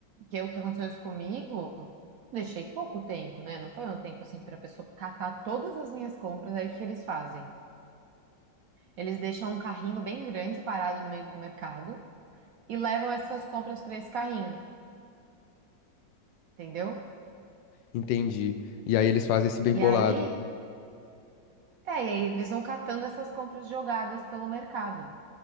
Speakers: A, on the right; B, on the left.
A: que é o que aconteceu isso comigo, deixei pouco tempo, né? Não foi um tempo assim para pessoa catar todas as minhas compras, aí o que eles fazem? Eles deixam um carrinho bem grande parado no meio do mercado e levam essas compras para esse carrinho, entendeu?
B: Entendi. E aí eles fazem esse bem
A: E
B: bolado.
A: aí, é, e aí eles vão catando essas compras jogadas pelo mercado.